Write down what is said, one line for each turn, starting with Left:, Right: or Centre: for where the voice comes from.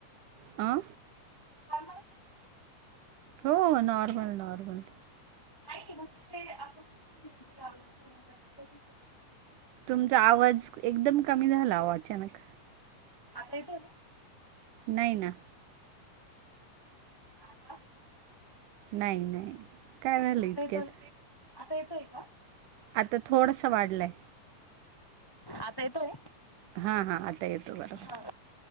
Right: हा
Left: का मला <inaudible>
Right: हो नॉर्मल-नॉर्मल.
Left: नाही म्हणजे ते आपण कस ब लावला नंतर कस.
Right: तुमचा आवाज एकदम कमी झाला आओ अचानक.
Left: आता येतो का?
Right: नाही ना.
Left: आता?
Right: नाही-नाही काय झालं
Left: आता
Right: इतक्यात?
Left: येतोय आता येतोय का?
Right: आता थोडसा वाढलाय.
Left: आता येतोय?
Right: हा, हा आता येतो बरोबर.
Left: हा